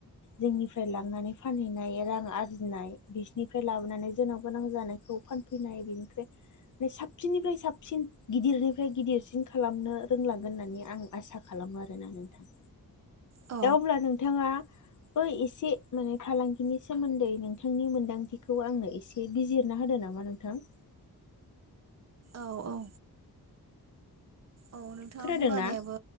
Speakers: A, on the left (about 50°); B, on the right (about 45°).
A: जोंनिफ्राय लांनानै फानहैनाय रां आरजिनाय बिसिनिफ्राय लाबोनानै जोनाव गोनां जानाय खौ फानफैनाय बेनिफ्राय साबसिननिफ्राय साबसिन गिदिरनिफ्राय गिदिरसिन खालामनो रोंलांगोन होननानै आं आसा खालामो आरोना नोंथां
B: औ
A: दा अब्ला नोंथाङा बो एसे माने फालांगिनि सोमोन्दै नोंथांनि मोन्दांथिखौ आंनो एसे बिजिरना होदो नामा नोंथां
B: औ औ औ नोंथाङा
A: खोनादों
B: बुंलानायाबो
A: ना